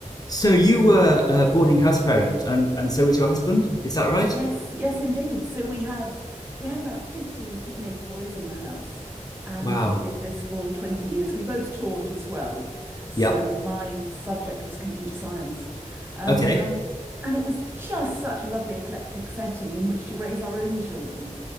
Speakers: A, on the left (about 30°); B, on the right (about 15°).
A: So you were a boarding house parent, and, and so was your husband. Is that right?
B: Yes, yes, indeed. So we had we had about 50 teenage boys in the house, and
A: Wow.
B: we did this for 20 years. We both taught as well. So
A: Yeah.
B: my subject was computer science. And
A: Okay.
B: um and it was just such a lovely eclectic setting in which to raise our own children.